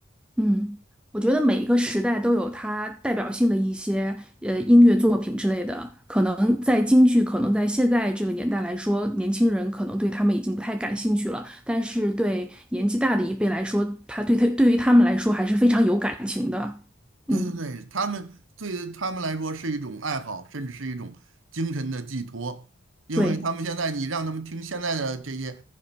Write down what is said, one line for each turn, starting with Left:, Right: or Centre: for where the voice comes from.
Centre: 嗯，我觉得每一个时代都有它代表性的一些呃音乐作品之类的，可能在京剧，可能在现在这个年代来说，年轻人可能对他们已经不太感兴趣了，但是对年纪大的一辈来说，他对他对于他们来说还是非常有感情的。
Right: 对对对，
Centre: 嗯，
Right: 他们对他们来说是一种爱好，甚至是一种精神的寄托。因为他们现在你让他们听现在的这些
Centre: 对